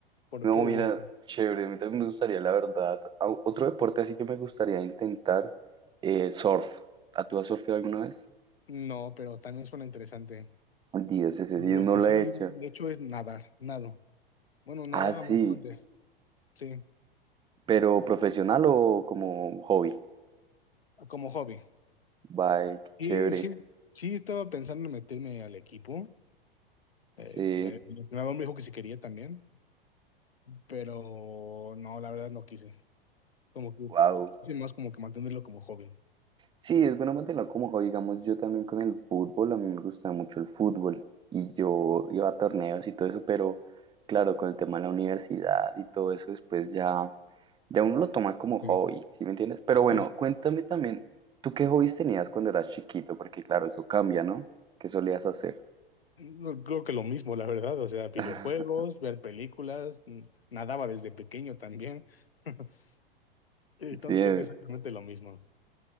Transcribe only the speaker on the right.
No,
mira,
chévere, a mí también me gustaría, la verdad. au- Otro deporte así que me gustaría intentar, eh, surf. ¿A tú has surfeado alguna vez?
Dios, ese
sí no
lo
he hecho.
Ah, sí,
pero profesional o como hobby.
Bye, qué
chévere.
Sí,
wow.
Sí, es bueno mantenerlo como hobby. Digamos, yo también con el fútbol, a mí me gustaba mucho el fútbol y yo iba a torneos y todo eso, pero claro, con el tema de la universidad y todo eso, después ya, ya uno lo toma como hobby,
¿sí me entiendes? Pero
bueno,
cuéntame también, ¿tú qué hobbies tenías cuando eras chiquito? Porque claro, eso cambia, ¿no? ¿Qué solías hacer?
<laughs>
Sí,